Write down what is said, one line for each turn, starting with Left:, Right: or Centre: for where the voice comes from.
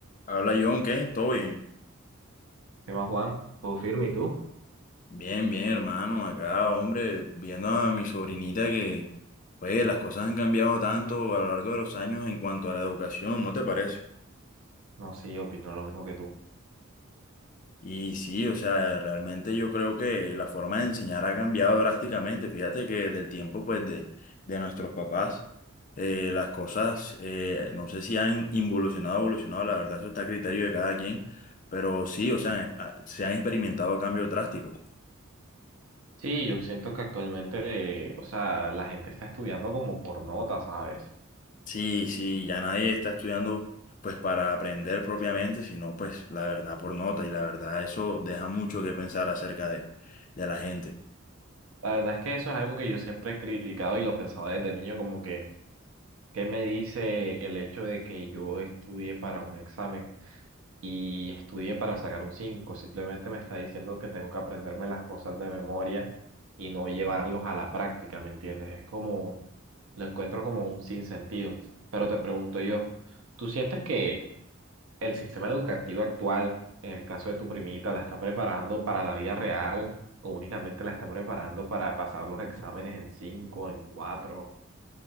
Left: Habla John, ¿qué? ¿Todo bien?
Right: ¿Qué más, Juan? ¿Todo firme y tú?
Left: Bien, bien, hermano. Acá, hombre, viendo a mi sobrinita que, pues, las cosas han cambiado tanto a lo largo de los años en cuanto a la educación, ¿no te parece?
Right: No, sí, yo opino lo mismo que tú.
Left: Y sí, o sea, realmente yo creo que la forma de enseñar ha cambiado drásticamente. Fíjate que del tiempo, pues, de, de nuestros papás, eh, las cosas, eh, no sé si han involucionado evolucionado, la verdad, eso está a criterio de cada quien, pero sí, o sea, eh, ah, se han experimentado cambios drásticos.
Right: Sí, yo siento que actualmente, eh, o sea, la gente está estudiando como por nota, ¿sabes?
Left: Sí, sí, ya nadie está estudiando pues para aprender propiamente, sino pues la verdad por nota y la verdad eso deja mucho que pensar acerca de, de la gente.
Right: La verdad es que eso es algo que yo siempre he criticado y lo pensaba desde niño, como que, ¿qué me dice el hecho de que yo estudie para un examen y estudie para sacar un 5? Simplemente me está diciendo que tengo que aprenderme las cosas de memoria y no llevarlos a la práctica, ¿me entiendes? Es como, lo encuentro como un sinsentido. Pero te pregunto yo. ¿Tú sientes que el sistema educativo actual, en el caso de tu primita, la está preparando para la vida real o únicamente la está preparando para pasar los exámenes en cinco, en cuatro.